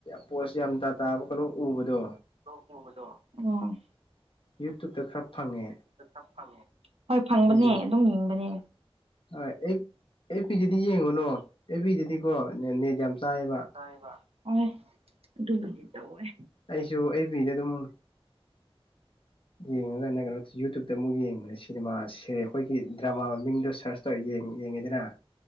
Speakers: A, on the left; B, on the right.
A: ꯄꯣꯁ ꯌꯥꯝꯇꯥ ꯇꯥꯕ ꯀꯩꯅꯣ ꯎꯕꯗꯣ
B: <unintelligible> ꯎꯝ
A: ꯌꯨꯇꯨꯞꯇ ꯈꯔ ꯐꯪꯉꯦ
B: <unintelligible> ꯍꯣꯏ ꯐꯪꯕꯅꯦ
A: ꯑꯩꯈꯣꯏꯒꯤ
B: ꯑꯗꯨꯝ ꯌꯦꯡꯕꯅꯦ
A: ꯍꯣꯏ ꯑꯦꯐ ꯕꯤꯗꯗꯤ ꯌꯦꯡꯉꯨꯅꯣ ꯑꯦꯐ ꯕꯤꯗꯗꯤꯀꯣ ꯅꯦꯠ ꯌꯥꯝ ꯆꯥꯏꯌꯦꯕ
B: <unintelligible> ꯍꫭꯏ ꯑꯗꯨꯕꯨꯗꯤ ꯇꯧꯋꯦ
A: ꯑꯩꯁꯨ ꯑꯦꯐ ꯕꯤꯗ ꯑꯗꯨꯝ ꯌꯦꯡꯉ ꯀꯥꯟꯗ ꯀꯩꯅꯣ ꯌꯨꯇꯌꯨꯕꯇ ꯑꯃꯨꯛ ꯌꯦꯡꯕꯅꯦ ꯁꯤ ꯁꯤꯅꯦꯃꯥ ꯁꯦꯔꯦ ꯑꯩꯈꯣꯏꯒꯤ ꯗ꯭ꯔꯃꯥ ꯃꯃꯤꯡꯗꯣ ꯁꯔꯁ ꯇꯧꯔ ꯌꯦꯡꯉꯤꯗꯅ